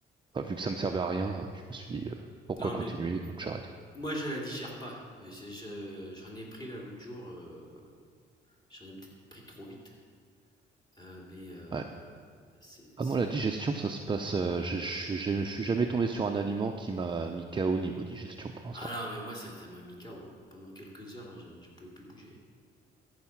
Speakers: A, on the right (about 25°); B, on the left (about 20°).
A: Enfin, vu que ça me servait à rien, euh, je me suis dit euh, pourquoi
B: Non,
A: continuer,
B: mais
A: donc j'ai arrêté.
B: moi je la digère pas. Et je j'en ai pris là l'autre jour, heu, j'en ai peut-être pris trop vite, heu, mais, heu,
A: Ouais.
B: c'est
A: Ah,
B: c'est
A: moi, la digestion, ça se passe. euh, je je- je- je suis jamais tombé sur un aliment qui m'a mis KO au niveau digestion pour l'instant.
B: ah non, mais moi ça ça m'a mis KO, hein. Pendant quelques heures, je je pouvais plus bouger.